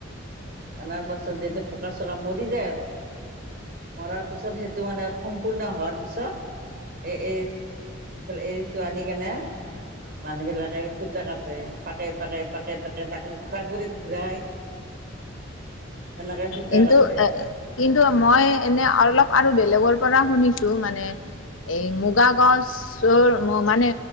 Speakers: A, on the right; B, on the left.
A: আনাৰ পাছ পিছত যদি এতিয়া পকা চকা মৰি যায় আৰু মৰাৰ পিছত সেইটো মানে সম্পূৰ্ণ হোৱাৰ পিছত এ- এ এইটো আনি <unintelligible> আনি এ মানুহ বিলাকে সুতা কাটে পাকে-পাকে- পাকে-পাকে তাকো তাকুৰিত ঘূৰাই এনেকে সূতা
B: কিন্তু
A: কাটে
B: এ কিন্তু মই এনে অলপ আৰু বেলেগৰ পৰা শুনিছো মানে এই মুগা গছৰ মানে